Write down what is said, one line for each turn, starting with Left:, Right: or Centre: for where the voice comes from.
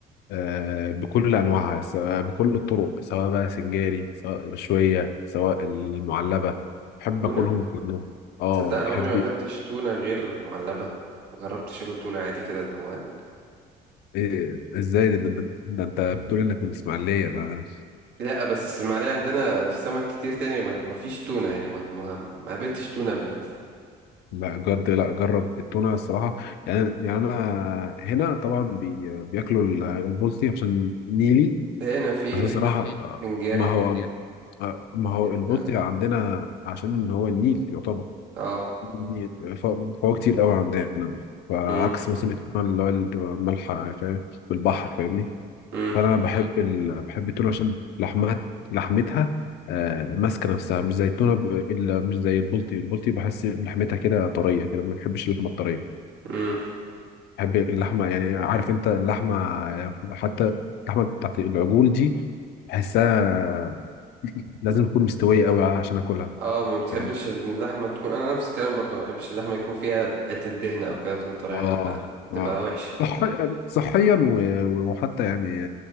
Left: آه، بكل انواعها سواء بكل الطرق سواء بقى سنجاري سواء مشويه سواء المعلبه بحب
Right: تونه
Left: اكلهم كلهم اه
Right: تصدق انا
Left: بحب
Right: عمري ما اكلتش تونه غير معلبه ما جربتش اكل تونه عادي كده اللي هو ال-
Left: إيه ازاي ده, ده, ده انت بتقول انك من اسماعيليه انا
Right: لا بس الاسماعيليه عندنا في سمك كتير تاني ما ما فيش تونه يعني ما ما ما قابلتش تونه قبل كده
Left: لا جد لا جرب التونه الصراحه يعني يعني انا هنا طبعا بي بياكلوا ال- البلطي عشان نيلي
Right: هنا في
Left: بس أنا الصراحة
Right: وفي
Left: آه،
Right: سنجاري
Left: ما هو آه، ما هو
Right: ال-
Left: البلطي عندنا عشان هو النيل يعتبر
Right: اه
Left: النيل ف- فهو كتير قوي عندنا فعكس
Right: امم
Left: مثلا التونة اللي هو اللي بتبقى مالحة فاهم بالبحر فاهمني
Right: امم
Left: فأنا مم. بحب ال... بحب التونة عشان لحمها لحمتها آه، ماسكة نفسها مش زي التونة ب... ال- مش زي البلطي البلطي بحس لحمتها كده طرية كده ما بحبش اللحمة الطرية
Right: امم
Left: بحب اللحمه يعني عارف انت اللحمه يعني حتى اللحمه بتاعت العجول دي بحسها لازم تكون مستويه قوي عشان اكلها
Right: اه ما بتحبش
Left: فاهم
Right: ان اللحمه تكون انا نفس الكلام برضو ما بحبش اللحمه يكون فيها حته دهنه او كده تكون طريه
Left: اه
Right: بتبقى تبقى
Left: اه
Right: وحشه
Left: صح... صحيا و... وحتى يعني